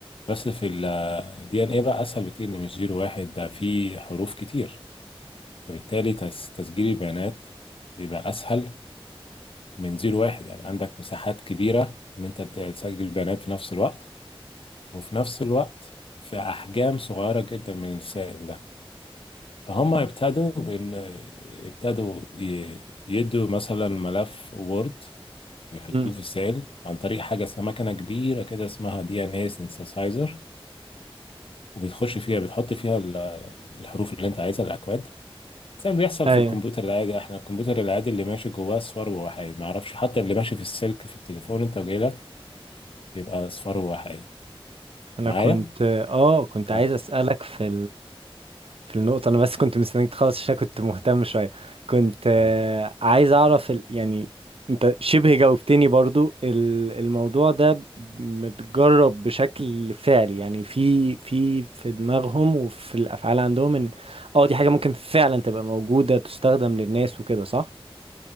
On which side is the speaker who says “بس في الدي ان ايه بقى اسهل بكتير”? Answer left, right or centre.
Left